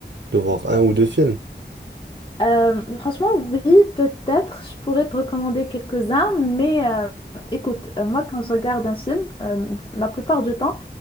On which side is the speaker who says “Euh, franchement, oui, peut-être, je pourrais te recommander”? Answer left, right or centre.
Left